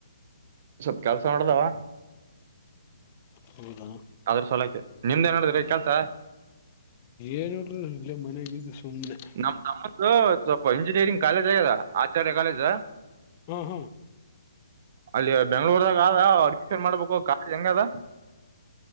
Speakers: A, on the right; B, on the left.
A: ಸವಪ್ ಕೆಲಸ ನೋಡದಾವ
B: ಹೌದಾ
A: ಅದ್ರ ಸಲಕೆ ನಿಮ್ದ್ ನ್ ಮಾಡಡಿದ್ರಿ ಕೆಲ್ಸ
B: ಏನ್ ಇಲ್ಲಿ ಮನೆಗಿದ್ದ ಸುಮ್ಮ್ನೆ
A: ನಮ್ ನಮ್ಮತ್ ಸ್ವಲ್ಪ ಇಂಜಿನಿಯರಿಂಗ್ ಕಾಲೇಜ್ ಆಗ್ಯದ ಆಚಾರ್ಯ ಕಾಲೇಜ
B: ಹ್ಮ್ ಹ್ಮ್
A: ಅಲ್ಲಿ ಬೆಂಗಳೂರ ಅವ್ರ ಅಡ್ಮಿಷನ್ ಮಾಡ್ಬೇಕು ಕಾಲೇಜ್ ಹೆಂಗ ಅದ.